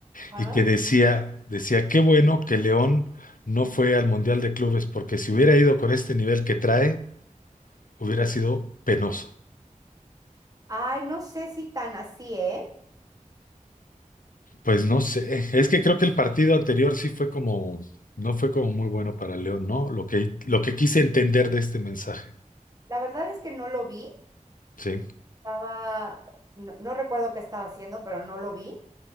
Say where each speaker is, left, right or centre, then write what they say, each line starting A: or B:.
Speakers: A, on the right (about 25°); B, on the left (about 80°).
A: Ajá.
B: y que decía, decía, qué bueno que León no fue al Mundial de Clubes, porque si hubiera ido con este nivel que trae, hubiera sido penoso.
A: Ay, no sé si tan así, ¿eh?
B: Pues no sé, es que creo que el partido anterior sí fue como, no fue como muy bueno para León, ¿no? Lo que, lo que quise entender de este mensaje.
A: La verdad es que no lo vi.
B: Sí,
A: estaba, no, no recuerdo qué estaba haciendo, pero no lo vi.